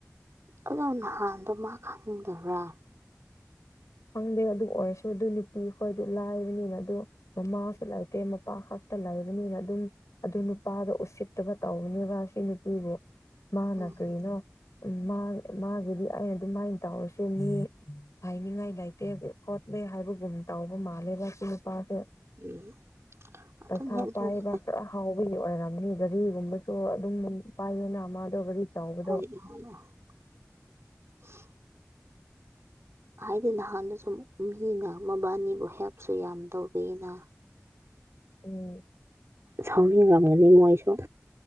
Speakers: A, on the right; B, on the left.
A: ꯑꯗꯣ ꯅꯍꯥꯟꯗꯣ ꯃꯥ ꯈꯪꯗꯕ꯭ꯔꯥ
B: ꯈꯪꯗꯦ ꯑꯗꯨ ꯑꯣꯏꯔꯁꯨ ꯑꯗꯨ ꯅꯨꯄꯤ ꯈꯣꯏꯗꯨ ꯂꯥꯏꯔꯕꯅꯤꯅ ꯑꯗꯨ ꯃꯃꯥꯁꯨ ꯂꯩꯇꯦ ꯃꯄꯥ ꯈꯛꯇ ꯂꯩꯕ ꯅꯤꯅ ꯑꯗꯨꯝ ꯑꯗꯨ ꯅꯨꯄꯥꯗꯣ ꯎꯁꯤꯠꯇꯕ ꯇꯧꯕꯅꯦꯕ ꯁꯤ ꯅꯨꯄꯤꯕꯨ ꯃꯥꯅꯥ
A: ꯎꯝ
B: ꯀꯔꯤꯅꯣ ꯃꯥ ꯃꯥꯒꯤꯗꯤ ꯑꯩꯅ ꯑꯗꯨꯃꯥꯏꯅ ꯇꯧꯔꯁꯨ ꯃꯤ ꯍꯥꯏꯅꯤꯡꯉꯥꯏ ꯂꯩꯇꯦ ꯈꯣꯠꯂꯦ ꯍꯥꯏꯕꯒꯨꯝ ꯇꯥꯎꯕ ꯃꯥꯜꯂꯦꯕ ꯅꯨꯄꯥꯁꯦ
A: ꯎꯝ ꯑꯗꯨꯝ
B: ꯄꯩꯁꯥ
A: ꯍꯦꯛ
B: ꯄꯥꯏꯕ ꯈꯔ ꯍꯥꯎꯕꯒꯤ ꯑꯣꯏꯔꯝ ꯒꯥꯔꯤꯒꯨꯝꯕꯁꯨ ꯑꯗꯨꯝ ꯄꯥꯏꯌꯦꯅ ꯃꯥꯗꯣ ꯒꯥꯔꯤ ꯆꯥꯎꯕꯗꯣ
A: <unintelligible> ꯍꯥꯏꯗꯤ ꯅꯍꯥꯟꯗꯨ ꯁꯨꯝ ꯃꯤꯅ ꯃꯕꯥꯅꯤꯕꯨ ꯍꯦꯜꯞꯁꯨ ꯌꯥꯝ ꯇꯧꯕꯤꯅ
B: ꯎꯝ꯫
A: ꯁꯥꯎꯅꯤꯡꯂꯝꯒꯅꯤ ꯃꯣꯏꯁꯨ